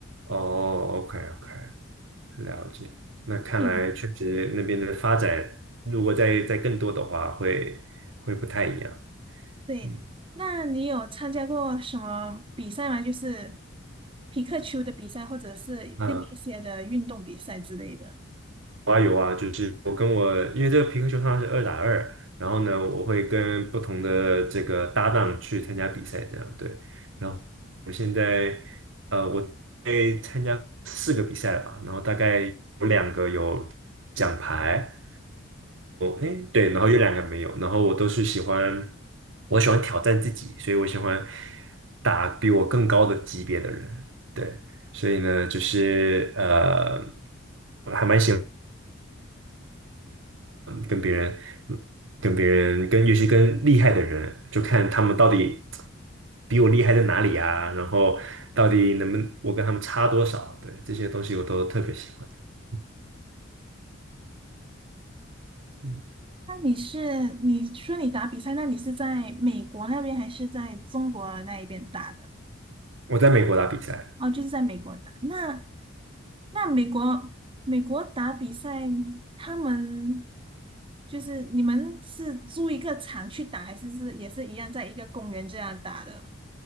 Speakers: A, on the right; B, on the right.
A: 哦，OK OK，了解，那看来确实那边的发展，
B: 你有
A: 如果再再更多的话，会会不太一样。
B: 对，
A: 嗯
B: 那你有参加过什么比赛吗？就是匹克球的比赛，或者是另一些的运动比赛之类的。
A: 嗯，我还有我跟我，因为这个皮克球通是二打二，然后呢，我会跟不同的这个搭档去参加比赛，这样对。然后我现在呃，我在参加四个比赛了吧，然后大概有两个有奖牌，哎，对，然后有两个没有，然后我都是喜欢，我喜欢挑战自己，所以我喜欢打比我更高的级别的人，对，所以呢，就是呃，我还蛮喜欢跟别人，跟别人，跟尤其跟厉害的人，就看他们到底比我厉害在哪里啊，然后到底能不能我跟他们差多少，对，这些东西我都特别喜欢。嗯，嗯
B: 那你是你说你打比赛，那你是在美国那边还是在中国那一边打的？
A: 我在美国打比赛。
B: 哦，就是在美国打。那那美国美国打比赛，他们就是你们是租一个场去打，还是是也是一样在一个公园这样打的？